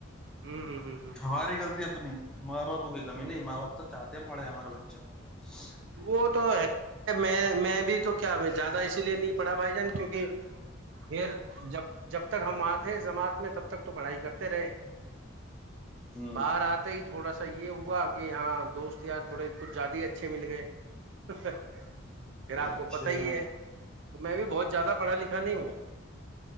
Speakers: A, on the right (about 65°); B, in the centre.
A: ہوں ہ ہ ہ
B: ہماری غلط اپنی مارا پگی <unintelligible> نہیں ماں با تواہتے پڑھے ہمارے بچے اچھا <unintelligible>
A: وہ تو میں میں بھی تو کیا زیادہ اسی لیے نہیں پڑھا بھائی جان کیونکہ پھر جب جب تک ہم وہاں تھے جماعت میں تب تک تو پڑھائی کرتے رہے
B: ہوں
A: باہر آتے ہی تھوڑا سا یہ ہوا کہ کہ یہاں دوست ار تھوڑے کچھ زیادہ ہی اچھے مل گئے <unintelligible> پھر آپ
B: اچھا
A: کو پتا
B: جناب
A: ہی ہے تو میں بھی بہت زیادہ پڑھا لکھا نہیں ہوں